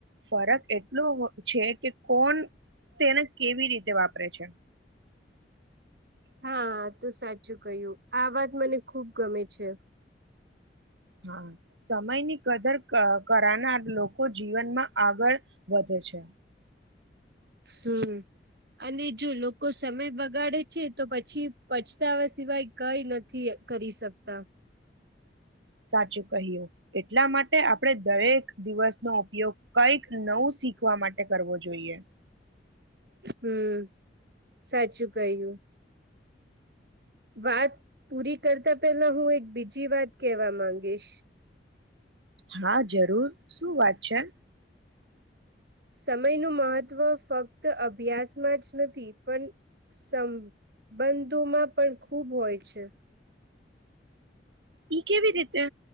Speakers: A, on the right (about 90°); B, on the right (about 55°).
A: ફરક એટલો છે કે કોણ તેને કેવી રીતે વાપરે છે
B: હા તું સાચું કહ્યું આ વાત મને ખુબ ગમે છે
A: હા સમયની કદર કરાનાર લોકો જીવનમાં આગળ વધે છે
B: <inaudible> અને જો લોકો સમય બગાડે છે તો પછી પચતાવા સિવાય કઈ નથી કરી શકતા
A: સાચું કહ્યું એટલા માટે આપણે દરેક દિવસનો ઉપયોગ કંઈક નવું શીખવા માટે કરવો જોઈએ
B: હમ સાચું કહ્યું વાત પૂરી કરતા પેલા હું એક બીજી વાત કેવા ગીશ
A: હા જરૂર શું વાત છે
B: સમયનું મહત્ત્વ ફક્ત અભ્યાસમાં જ નથી પણ સંબંધોમાં પણ ખૂબ હોય છે
A: ઈ કેવી રીતે